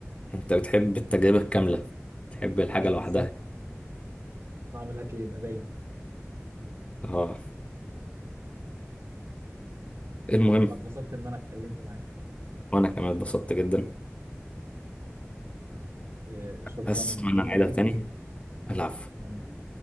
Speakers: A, on the left; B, on the right.
A: انت بتحب التجربة الكاملة تحب الحاجة
B: اه بالظبط
A: لوحدها
B: طعم الاكل يبقى باين
A: اه المهم
B: انا اتبسطت ان انا اتكلمت معاك
A: وانا كمان اتبسطت جدا
B: آه، شكرا
A: بس اتمنى
B: جدا
A: نعيدها
B: ليك
A: تاني العب
B: أتمنى